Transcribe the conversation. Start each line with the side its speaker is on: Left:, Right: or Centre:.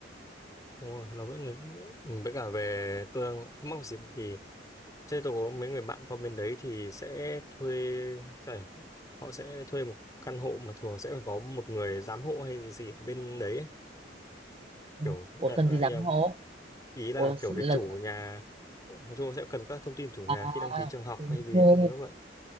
Left: Ôi, nó vẫn là, ừ, với cả về tôi đang thắc mắc một xíu bởi vì Thế tôi có mấy người bạn qua bên đấy thì sẽ thuê giải- họ sẽ thuê một căn hộ mà thường sẽ phải có một người giám hộ hay gì ở bên đấy ấy.
Right: Ừ.
Left: kiểu
Right: Ủa
Left: đại
Right: cần
Left: loại
Right: gì dám
Left: là-
Right: hố?
Left: ý là
Right: Ủa
Left: kiểu
Right: là
Left: cái chủ nhà nói chung sẽ cần các thông tin chủ nhà
Right: à,
Left: khi đăng ký trường học
Right: đúng
Left: hay gì
Right: rồi.
Left: ấy, tôi nhớ vậy